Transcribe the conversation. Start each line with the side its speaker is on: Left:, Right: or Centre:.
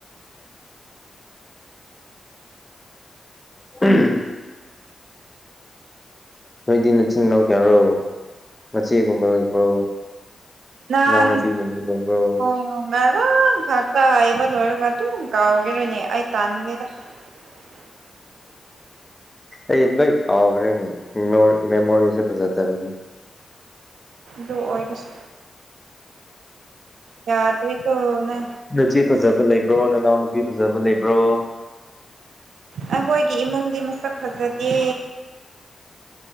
Left: ꯎꯝ ꯅꯣꯏꯗꯤ ꯅꯆꯤꯟ ꯏꯅꯥꯎ ꯀꯌꯥꯔꯣ ꯃꯆꯦꯒꯨꯝꯕ ꯂꯩꯕ꯭ꯔꯣ
Right: ꯅꯥꯡ
Left: ꯏꯅꯥꯎꯅꯨꯄꯤꯒꯨꯝꯕ ꯂꯩꯕ꯭ꯔꯣ
Right: ꯏ ꯉꯔꯥꯡ ꯈꯥ ꯇꯥꯏꯕ ꯂꯣꯏꯔꯒ ꯑꯗꯨ ꯀꯥꯎꯈꯤꯔꯣꯏꯅꯦ ꯑꯩ ꯇꯥꯟꯗꯦꯗ <inaudible>
Left: ꯑꯦ ꯅ ꯀꯥꯎ ꯍꯔꯦꯅꯦ ꯃꯦꯃꯣꯔꯤꯁꯦꯗꯅꯦ
Right: ꯒꯁ ꯆꯔ ꯇꯔꯤꯀꯅ
Left: ꯅꯆ ꯐꯖꯕ ꯂꯩꯕ꯭ꯔꯣ ꯅꯅꯥꯎ ꯅꯨꯄꯤ ꯐꯖꯕ ꯂꯩꯕ꯭ꯔꯣ
Right: ꯑꯩꯈꯣꯏꯒꯤ ꯏꯃꯨꯡꯗꯤ ꯃꯁꯛ ꯐꯖꯗꯦ